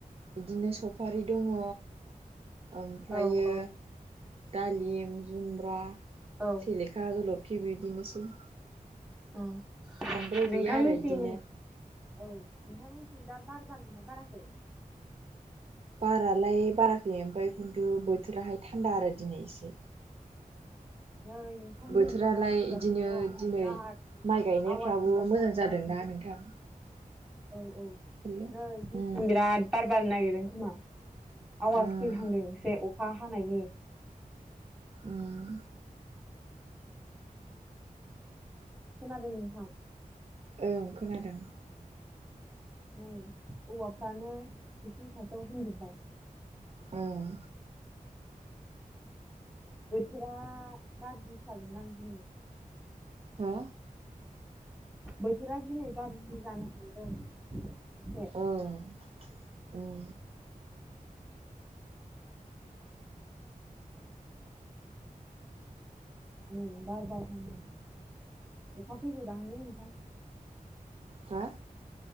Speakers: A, on the right; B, in the centre.
A: बिदिनो सफारि दङ। ओमफ्रायो
B: औ औ
A: दालिम जुमब्रा
B: औ
A: सेलेखा खा जलफि बिदिनोसै
B: उम
A: बांद्राय
B: नोंथां
A: गैया आरो
B: मोनथिं
A: बिदिनो
B: औ नोंथांमोनथिं दा बार बारदोंना बाराखै
A: बारालाय बाराखै ओमफ्राय खिन्थु बोथोराहाय थान्दा आरो दिनै एसे
B: नै नोंथां जोंनिथिं
A: बोथोरालाय
B: बार फैगासिनो
A: इदिनो
B: दं
A: दिनै
B: बिराद
A: माइ गायनायफ्राबो
B: आवाज ओंखारदों
A: मोजां
B: बारनि
A: जादोंना नोंथां
B: औ औ
A: हेलौ
B: नै जोंनिथिं
A: उम
B: बिराद बार बारनो नागिरदों खोमा आवाज
A: उम
B: फैहांदों एसे अखा हानायनि
A: उम
B: खोनादों नोंथां
A: ओं खोनादों
B: नै औवाफ्रानो खिथिं खाथां होनजोबबाय
A: ओं
B: बोथोरा गार्रि जागोन दां दिनै
A: हा
B: बोथोरा दिनै गाज्रि जानो हमदों एसे
A: ओं उम
B: उ बार बारहांदों अखा फैबाय दांलै नोंथां
A: हा